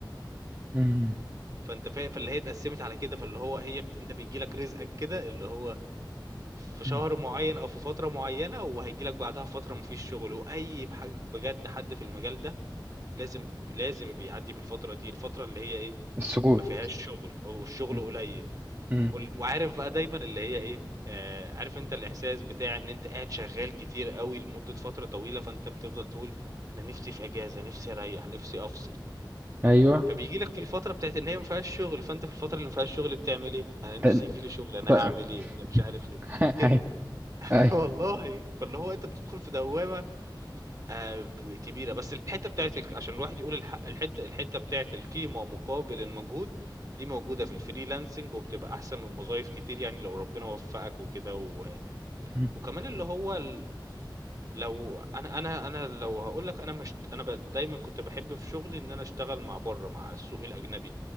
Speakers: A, on the right; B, on the right.
A: جدا
B: فأنت فا فاللي هي اتقسّمت على كده، فاللي هو هي بت أنت بييجي لك رزقك كده اللي هو في شهر
A: مم.
B: معيّن أو في فترة معيّنة وهييجي لك بعدها فترة ما فيش شغل، وأي بح بجد حد في المجال ده لازم لازم بيعدّي بالفترة دي، الفترة اللي هي إيه،
A: السكوت
B: ما فيهاش شغل والشغل
A: مم.
B: قليل.
A: مم.
B: وال- وعارف بقى دايما اللي هي ايه آه عارف انت الاحساس بتاع ان انت قاعد شغال كتير قوي لمدة فترة طويلة فانت بتفضل تقول انا نفسي في اجازة نفسي اريح نفسي افصل
A: ايوه
B: فبيجي لك في الفترة بتاعت ان هي ما فيهاش شغل فانت في الفترة اللي ما فيهاش شغل بتعمل ايه انا نفسي
A: ده-
B: يجي لي شغل انا
A: ده-
B: هعمل ايه انا مش عارف ايه
A: <laughs>
B: كده
A: ايوه
B: <laughs>
A: ايوه
B: والله فاللي هو انت بتدخل في دوامة آآ ب كبيرة، بس الحتّة بتاعة الك عشان الواحد يقول الحق الحتّة الحتّة بتاعة القيمة مقابل المجهود، دي موجودة في الfreelancing وبتبقى أحسن من وظايف كتير يعني لو ربنا وفّقك وكده و
A: مم.
B: وكمان اللي إمم. هو ال لو أنا أنا أنا لو هاقول لك أنا ما اشت أنا ب دايمًا كنت باحب في شغلي إن أنا أشتغل مع برّه، مع السوق الأجنبي.